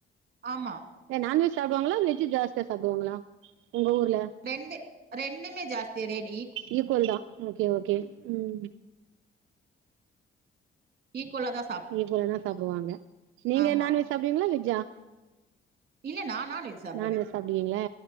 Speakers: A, on the right; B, on the right.
A: ஆமா
B: ஏ நான்வெஜ் சாப்டுவாங்களா வெஜ் ஜாஸ்தியா சாப்டுவாங்களா உங்க ஊருல
A: ரெண்டு ரெண்டுமே ஜாஸ்தியரேடி
B: இக்கோல் தா ஓகே ஓகே ம்
A: இக்கோலாதா
B: ஈக்கோலதா சாப்புடுவாங்க நீங்க
A: ஆமா
B: நான்வெஜ் சாப்டுவிங்ளா வெஜ்ஜா
A: இல்ல நான் நான்வெஜ் சாப்டுவே
B: நான்வெஜ் சாப்டுவிங்ளா